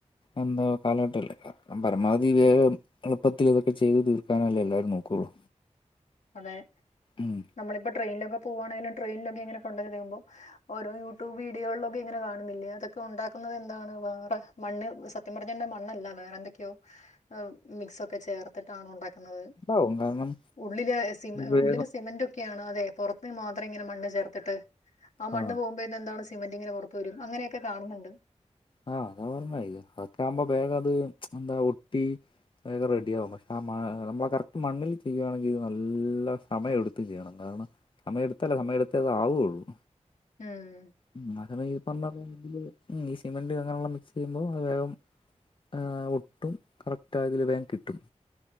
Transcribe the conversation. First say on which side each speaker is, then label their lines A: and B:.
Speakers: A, on the left; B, on the left.
A: എന്താ കാലഘട്ടല്ലേ പരമാവധി വേഗം എളുപ്പത്തിൽ ഇതൊക്കെ ചെയ്ത് തീർക്കാനല്ലേ എല്ലാരും നോക്കുള്ളൂ
B: അതെ
A: ഉം
B: നമ്മളിപ്പൊ ട്രെയിനിലൊക്കെ പോവാണെങ്കും ട്രെനിലൊക്കെ ഇങ്ങനെ കൊണ്ടുവരുമ്പോ ഓരോ യൂട്യൂബ് വീഡിയോകളിലൊക്കെ ഇങ്ങനെ കാണുന്നില്ലേ അതൊക്കെ ഉണ്ടാക്കുന്നത് എന്താണ് വേറെ മണ്ണ് സത്യംപറഞ്ഞ മണ്ണല്ല വേറെ എന്തൊക്കെയോ മിക്സ് ഒക്കെ ചേർത്തിട്ടാണ് ഉണ്ടാക്കുന്നത്
A: വും കാരണം
B: ഉള്ളില് സി
A: വേഗം
B: ഉള്ളില് സിമെന്റ്റൊക്കെയാണ് അതെ പുറത്ത് മാത്രം ഇങ്ങനെ മണ്ണ് ചേർത്തിട്ട് ആ മണ്
A: ആഹ്
B: പോവുമ്പോഴെ പിന്നെ എന്താണ് സിമെന്റിങ്ങെനെ പൊറത്ത് വരും അങ്ങനെയൊക്കെ കാണുന്നുണ്ട്.
A: ആഹ് അതാ പറഞ്ഞത് അതൊക്കെ ആകുമ്പോ വേഗം അത് എന്താ ഒട്ടി വേഗം റെഡിയാകും പക്ഷെ ആ മ നമ്മൾ ആഹ് കറക്റ്റ് മണ്ണിൽ ചെയ്യുവാണെങ്കിൽത് നല്ല സമയമെടുത്ത് ചെയ്യണം കാരണം സമയെടുത്തല്ല സമയെടുത്ത അത് ആവുള്ളൂ
B: ആഹ്
A: ഉം അത <unintelligible> ഈ സിമെന്റ് അങ്ങനെയുള്ള മിക്സ് ചെയ്യുമ്പോ അത് വേഗം ഇഹ് ഒട്ടും കറക്റ്റ് ആയതിൽ വേഗം കിട്ടും